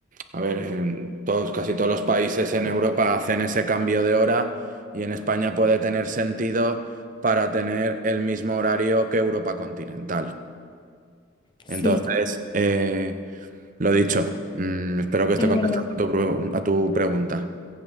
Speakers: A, on the right (about 40°); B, on the left (about 25°).
A: a ver, en todos, casi todos los países en Europa hacen ese cambio de hora y en España puede tener sentido para tener el mismo horario que Europa continental.
B: Sí,
A: Entonces, eh, lo dicho, mm, espero que esté
B: es
A: contestando
B: verdad.
A: a tu pre- a tu pregunta.